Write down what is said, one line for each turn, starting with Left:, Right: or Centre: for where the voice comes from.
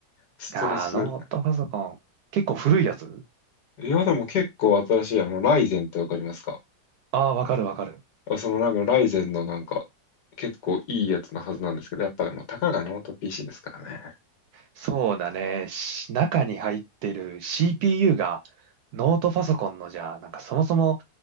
Left: ストレス。
Right: あー、ノートパソコン。結構古いやつ
Left: いや、でも結構新しい、あの、ライゼンってわかりますか
Right: ああー、わかるわかる。
Left: あそのなんかライゼンのなんか結構いいやつのはずなんですけど、やっぱでもたかがノート PC ですからね。
Right: そうだね。し中に入ってる CPU がノートパソコンのじゃあ、なんかそもそも